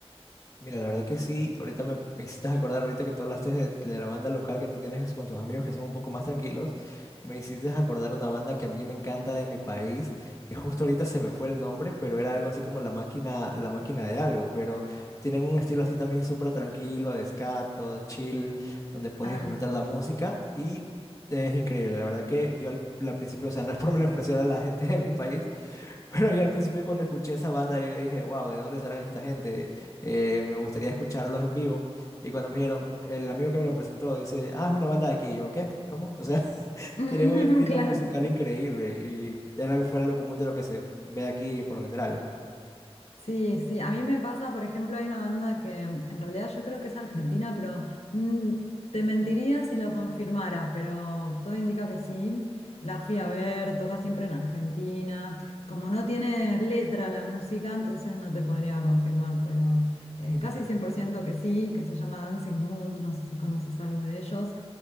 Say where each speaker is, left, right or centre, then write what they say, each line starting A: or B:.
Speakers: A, on the left; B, on the left.
A: Mira, la verdad que sí, ahorita me, me hiciste acordar, ahorita que tú hablaste de, de la banda local que tú tienes con tus amigos que son un poco más tranquilos, me hiciste acordar una banda que a mí me encanta de mi país, que justo ahorita se me fue el nombre, pero era algo así como La Máquina, La Máquina de algo, pero tienen un estilo así también súper tranquilo, de ska, todo chill, donde puedes
B: Ah,
A: disfrutar la música y es increíble, la verdad que yo al, al principio, o sea, no es por menospreciar a la gente de mi país, pero yo al principio cuando escuché esa banda yo dije, wow, ¿de dónde serán esta gente? Eh, me gustaría escucharlos en vivo. Y cuando me dijeron, el amigo que me lo presentó dice, ah, es una banda de aquí. Y yo, ¿qué? ¿Cómo? O sea, <laughs>
B: <laughs>
A: tienen un estilo
B: claro.
A: musical increíble y era algo fuera de lo común de lo que se ve aquí por lo general.
B: Sí, sí, a mí me pasa, por ejemplo, hay una banda que mm, en realidad yo creo que es argentina, pero mm, te mentiría si lo confirmara, pero todo indica que sí. La fui a ver, toca siempre en Argentina. Como no tiene letra la música, entonces no te podría confirmar, pero eh,
A: Ujú.
B: casi 100% que sí, que se llama Dancing Mood, no sé si conoces algo de ellos.